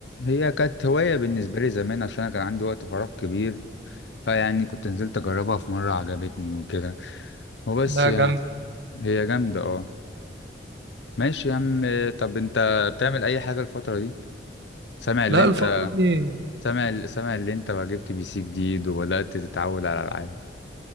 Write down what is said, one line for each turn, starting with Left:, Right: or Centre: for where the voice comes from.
Left: هي كانت هوايه بالنسبه لي زمان عشان انا كان عندي وقت فراغ كبير فيعني كنت نزلت اجربها في مرة عجبتني وكده وبس
Right: لا
Left: يعني
Right: جامده
Left: هي جامدة اه ماشي يا عم طب انت بتعمل اي حاجة الفترة دي سامع اللي
Right: لا
Left: انت
Right: الفتره دي
Left: سامع سامع اللي انت جبت بي سي جديد وبدأت تتعود على العاب